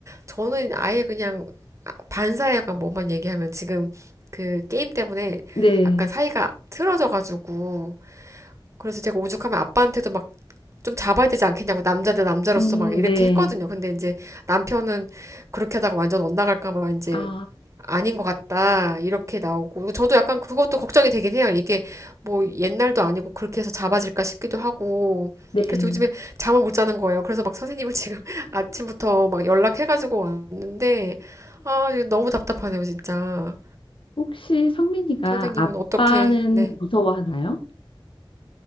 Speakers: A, on the right; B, on the left.
A: 저는 아예 그냥 아- 반사회관 뭐만 얘기하면 지금 그 게임 때문에
B: 네
A: 약간 사이가 틀어져가지고 그래서 제가 오죽하면 아빠한테도 막 좀 잡아야 되지 않겠냐고 남자 대 남자로서
B: 음네
A: 막 이렇게 했거든요. 근데 이제 남편은 그렇게 하다가 완전 엇나갈까 봐 이제
B: 아
A: 아닌 것 같다 이렇게 나오고 저도 약간 그것도 걱정이 되긴 해요. 이게 뭐 옛날도 아니고 그렇게 해서 잡아질까 싶기도 하고
B: 네
A: 그래서 요즘에 잠을 못 자는 거예요. 그래서 막 선생님을 지금 <laughs> 아침부터 막 연락해가지고 왔는데 아 너무 답답하네요 진짜.
B: 혹시 성민이가
A: 선생님은
B: 아빠는
A: 어떻게 네.
B: 무서워하나요?